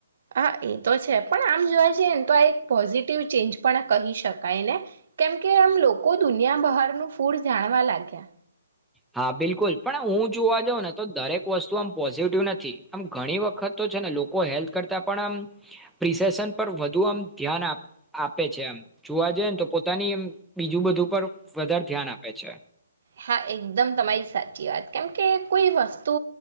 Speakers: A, on the right; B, in the centre.
A: હા, એ તો છે, પણ આમ જોવા જઈએ ને તો આ એક પોઝિટિવ ચેન્જ પણ કહી શકાય ને, કેમકે આમ લોકો દુનિયા બહારનું ફૂડ જાણવા લાગ્યા.
B: હા, બિલકુલ, પણ હું જોવા જાઉં ને તો દરેક વસ્તુ આમ પોઝિટિવ નથી. આમ ઘણી વખત તો છે ને લોકો હેલ્થ કરતા પણ આમ પ્રિસેેશન પર વધુ આમ ધ્યાન આપે છે. એમ જોવા જઈએ ને તો પોતાની એમ બીજું બધું પર વધારે ધ્યાન આપે છે.
A: હા, એકદમ તમારી સાચી વાત, કેમ કે કોઈ વસ્તુ